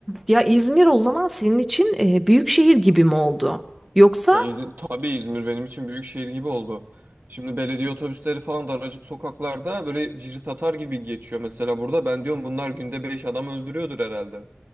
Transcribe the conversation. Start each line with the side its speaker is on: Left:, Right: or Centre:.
Centre: ya İzmir o zaman senin için e, büyük şehir gibi mi oldu? Yoksa
Right: Yani İzmir, tabii İzmir benim için büyük şehir gibi oldu. Şimdi belediye otobüsleri falan daracık sokaklarda böyle cirit atar gibi geçiyor. Mesela burada ben diyorum bunlar günde beş adam öldürüyordur herhalde.